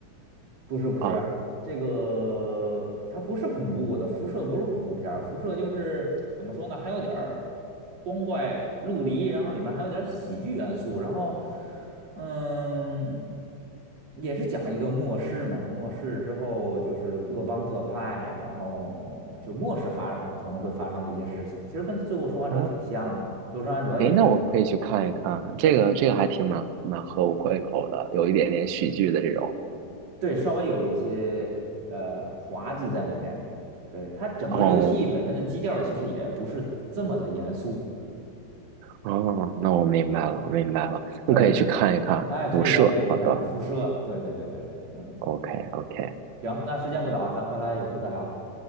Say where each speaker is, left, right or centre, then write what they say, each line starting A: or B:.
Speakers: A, on the right; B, on the right.
A: 不是不是，
B: 啊
A: 这个它不是恐怖的，辐射不是恐怖片儿辐射就是怎么说呢，还有点儿光怪陆离，然后里面还有点儿喜剧元素，然后嗯，也是讲一个末世嘛，末世之后就是各帮各派，然后就末世发可能会发生的一些事情，其实跟《最后生还者》挺像的，
B: 哦，
A: 《最后生还者》也是
B: 哎，那我可以去看一看，这个这个还挺蛮蛮合我胃口的，有一点点喜剧的这种。
A: 对，稍微有一些呃滑稽在里面。对，它整个游戏本身的基调其实也不是这么的严肃。
B: 哦哦，那我明白了，我明白了，
A: 对，
B: 你可以去看一看《辐射》。
A: 哎，可以了解一下辐射。
B: 好的
A: 对对对对，嗯，
B: ，OK，OK，
A: 行，那时间不早，咱回来有空再聊。